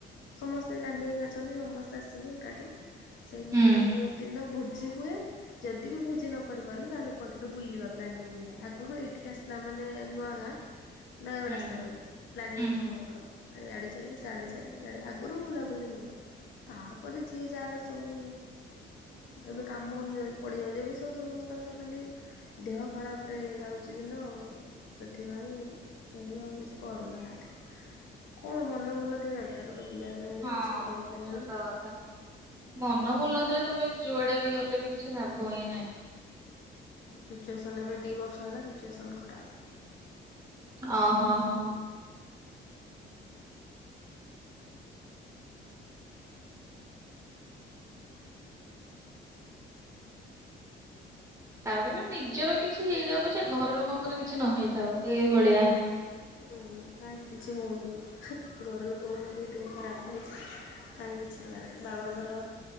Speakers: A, on the left; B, on the right.
A: ସମସ୍ତେ ନାନୀ ଏକା ଅଛନ୍ତି ସମସ୍ତେ ଆସିବେ। ଏକାଠି ସେଇ
B: ହୁଁ
A: ନିୟୁର ଦିନ ଭୋଜି ହୁଏ। ଯଦି ବି ଭୋଜି ନ କରି ପାରିଲୁ ତାହେଲେ କୁଆଡେ ଗୋଟେ ବୁଲିବା ପ୍ଲାନିଙ୍ଗ୍ ହୁଏ ଆଗରୁ ଏଠିକି ଆସିଲା ମାନେ ନୂଆ ଗାଁ। ନୟାଗଡ
B: ହୁଁ
A: ଆସିଲା ମାନେ ପ୍ଲାନିଂ
B: ହୁଁ ହୁଁ
A: ହବ ଆମର। ଆରେ ଇଆଡ଼େ ଯାକି ସାଆଡେ ଯା ଆଡ଼େ ଆଗୁରୁ ବୁଲାବୁଲି ହୁଏ ତାପ ପରେ ଯିଏ ଯାହାର ସବୁ। ଏବେ କାମ ହେଯାଉ ପଡିଯାଉଛି ଏବେ ସବୁ ସମସ୍ତଙ୍କର ଖାଲି। ଦେହ ଖରାପ ରେ ଯାଉଚି ଦିନ ଆଉ। ସେଥିପାଇଁ କେହି ଆଉ କିଛି କରୁନାହାନ୍ତି। କଣ ମନ ଭଲ ଥିବା ଦରକାର ଗୋଟେ ବୁଲିବା ପାଇଁ ହେଲେ
B: ହଁ।
A: କିଛି କରିବା ପାଇଁ ହେଲେ।
B: ସତ କଥା ମନ ଭଲ ନଥିଲେ ତମେ ଯୁଆଡେ ବି ଗଲେ ବି କିଛି ଲାଭ ହିଁ ନାହିଁ।
A: ସିଚୁଏସନ୍ ଏବେ ଦୁଇ ବର୍ଷ ହେଲା ସିଚୁଏସନ୍ ଖରାପ।
B: ଅ ହ ହ। ତାପରେ ବି ନିଜର କିଛି ହେଇଯାଉ ପଛେ ଘର ଲୋକଙ୍କର କିଛି ନ ହେଇଥାଉ ଏଇଭଳିଆ।
A: ଉ କାହିଁ କିଛି ହଉ <unintelligible> ଘର ଲୋକଙ୍କର ବିି ଦେହ ଖରାପ। <unintelligible> କାହିଁକ କିିଛି ନା ବାବାଙ୍କର